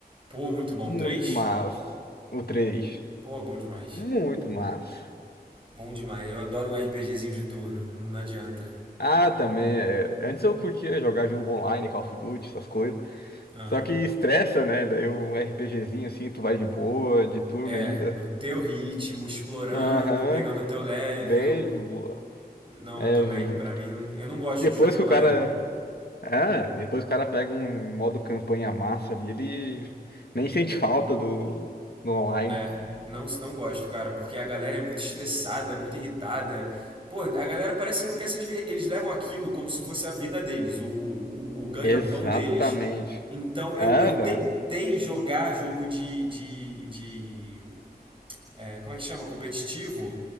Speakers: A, on the right; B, on the left.
A: Pô, muito bom.
B: Muito
A: Três?
B: massa. O 3,
A: Pô, bom demais.
B: Muito massa.
A: Bom demais. Eu adoro um RPGzinho de turno. Não adianta.
B: Ah, também. é. Antes eu curtia jogar jogo online, Call of Duty, essas coisas.
A: Aham.
B: Só que estressa, né? Daí um RPGzinho assim, tu vai de boa, de turno
A: É,
B: ainda.
A: no teu ritmo, explorando,
B: Aham,
A: pegando o teu level.
B: bem de boa.
A: Não,
B: É,
A: eu também.
B: ju-
A: Pra mim, eu não gosto
B: depois
A: de jogo online.
B: que o cara. Ah, depois que o cara pega um modo campanha massa ali, ele nem sente falta do, do online.
A: É, não, não gosto, cara, porque a galera é muito estressada, muito irritada. Pô, a galera parece que não quer se divertir. Eles levam aquilo como se fosse a vida deles, o, o, o ganha-pão
B: Exatamente.
A: deles. Então, eu,
B: Aham,
A: eu tentei jogar jogo de, de, de é, como é que chama? Competitivo.